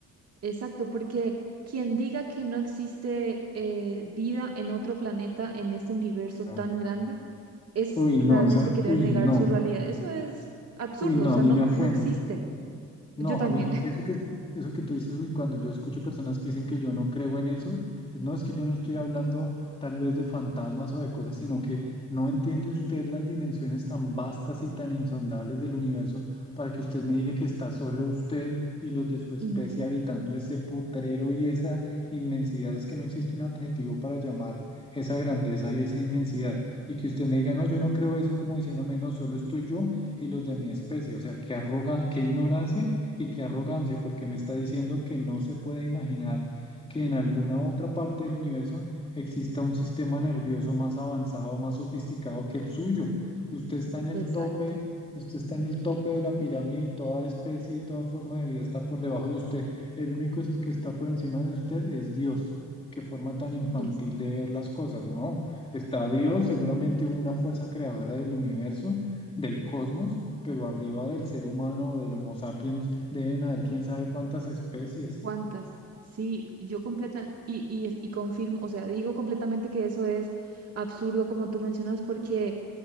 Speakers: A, on the right; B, on the left.
A: exacto, porque quien diga que no existe eh, vida en otro planeta, en este universo
B: No.
A: tan grande, es
B: Uy,
A: realmente
B: no, eso,
A: querer
B: uy,
A: negar
B: no,
A: su realidad. Eso es absurdo,
B: uy, no,
A: o sea,
B: a mí
A: no,
B: me ofende.
A: no existe.
B: No,
A: Yo también,
B: a mí
A: <laughs>
B: eso que, eso que tú dices, uy, cuando yo escucho personas que dicen que yo no creo en eso, no es que yo no estoy hablando tal vez de fantasmas o de cosas, sino que no entiende usted las dimensiones tan vastas y tan insondables del universo para que usted me diga que está solo usted y los de su especie
A: imagina.
B: habitando ese potrero y esa inmensidad. Es que no existe un adjetivo para llamar esa grandeza y esa inmensidad. Y que usted me diga, no, yo no creo eso como diciéndome, no, solo estoy yo y los de mi especie. O sea, qué arroga, qué ignorancia y qué arrogancia, porque me está diciendo que no se puede imaginar que en alguna otra parte del universo exista un sistema nervioso más avanzado, más sofisticado que el suyo. Usted está en el
A: Exacto,
B: tope, usted está en el tope de la pirámide, y toda especie y toda forma de vida está por debajo de usted. El único es- que está por encima de usted es Dios. Qué forma tan infantil
A: exacto.
B: de ver las cosas, ¿no? Está Dios, seguramente una fuerza creadora del universo, del cosmos, pero arriba del ser humano, del Homo sapiens, deben haber quién sabe cuántas especies.
A: ¿Cuántas? Sí, yo completa y, y, es- y confirmo, o sea, digo completamente que eso es absurdo como tú mencionas porque